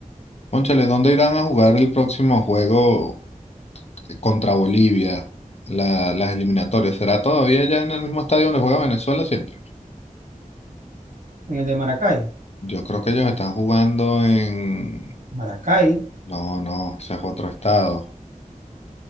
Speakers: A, on the left (about 50°); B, on the right (about 75°).
A: Cónchale, ¿dónde irán a jugar el próximo juego contra Bolivia? La- las eliminatorias, ¿será todavía ya en el mismo estadio donde juega Venezuela siempre?
B: En el de Maracay.
A: Yo creo que ellos están jugando en...
B: Maracay,
A: No, no, ese es otro estado.